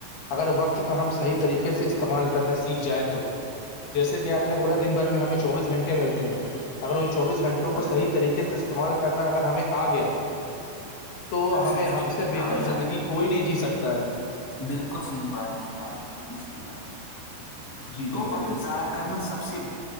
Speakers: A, on the left (about 70°); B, on the left (about 15°).
A: اگر وقت کا
B: بالکل
A: ہم صحیح طریقے
B: بات
A: سے
B: ہے
A: استعمال
B: آپ
A: کرنا سے دیکھ جائیں تو جیسے کہ آپ نے بولا دن بھر میں ہمیں چوبیس گھنٹے ملتے ہیں اگر ان چوبیس
B: نے،
A: گھنٹوں
B: بالکل
A: کو صحیح
B: بالکل
A: طریقے سے استعمال کرنا اگر ہمیں آ گیا تو ہمیں
B: زندگی
A: ہم
B: میں
A: سے بہتر
B: کامیاب
A: زندگی
B: ہے
A: کوئی نہیں جی سکتا ہے
B: بالکل صحیح بات کہی آپ نے بالکل صحیح بات کہ آپ نے
A: جی
B: تو
A: جی بھائی
B: وقت
A: جان
B: ضائع کرنا سب سے